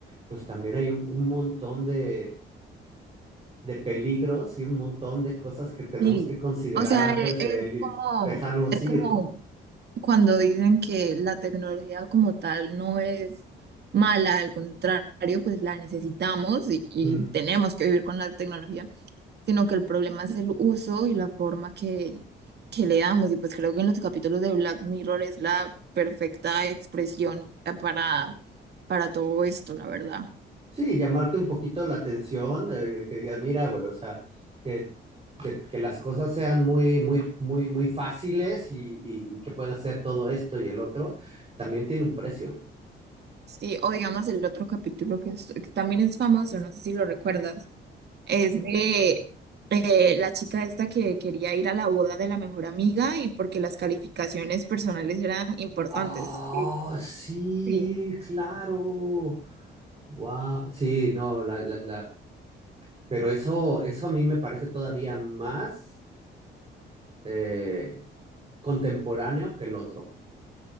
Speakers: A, on the right (about 30°); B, on the right (about 55°).
A: pues también hay un un montón de de peligros y un montón de cosas que tenemos
B: Sí,
A: que considerar
B: o sea,
A: antes
B: e- es
A: de
B: como...
A: dejarnos
B: es
A: ir,
B: como
A: ¿no?
B: cuando dicen que la tecnología como tal no es mala, al contrario, pues la necesitamos y, y
A: Mm.
B: tenemos que vivir con la tecnología, sino que el problema es el uso y la forma que, que le damos. Y pues creo que en los capítulos de Black Mirror es la perfecta expresión eh, para, para todo esto, la verdad.
A: Sí, llamarte un poquito la atención, eh, que digas, mira, güey, o sea, que, que, que las cosas sean muy, muy, muy, muy fáciles y, y- y que puedas hacer todo esto y el otro, también tiene un precio.
B: Sí, o digamos el otro capítulo que, es- que también es famoso, no sé si lo recuerdas Es de eh, la chica esta que quería ir a la boda de la mejor amiga y porque las calificaciones personales eran importantes.
A: Oh,
B: Sí,
A: sí,
B: sí.
A: claro. Wow. Sí, no, la, la- la- pero eso, eso a mí me parece todavía más. eh, contemporáneo que el otro.